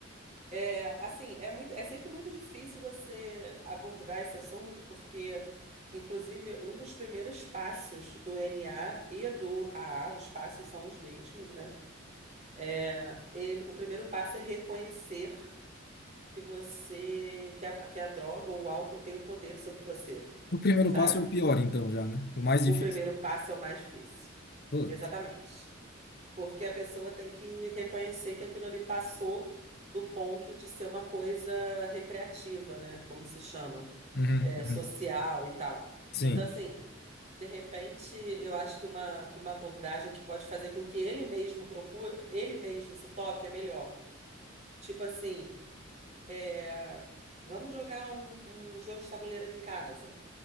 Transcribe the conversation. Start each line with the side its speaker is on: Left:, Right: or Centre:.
Right: É, assim, é muito, é sempre muito difícil você abordar esse assunto, porque, inclusive, um dos primeiros passos do NA e do AA, os passos são os mesmos, né? É, ele, o primeiro passo é reconhecer que você que a, que a droga ou o álcool tem um poder sobre você,
Left: O primeiro
Right: sabe?
Left: passo é o pior, então, já, né? O mais
Right: O
Left: difícil.
Right: primeiro passo é o mais difícil.
Left: Putz.
Right: Exatamente. Porque a pessoa tem que reconhecer que aquilo ali passou do ponto de ser uma coisa recreativa, né? Como se chama,
Left: Uhum,
Right: é,
Left: uhum.
Right: social e tal.
Left: Sim.
Right: Então, assim, de repente, eu acho que uma, uma abordagem que pode fazer com que ele mesmo procure, ele mesmo se toque é melhor. Tipo assim, é, vamos jogar um, um jogo de tabuleiro aqui em casa.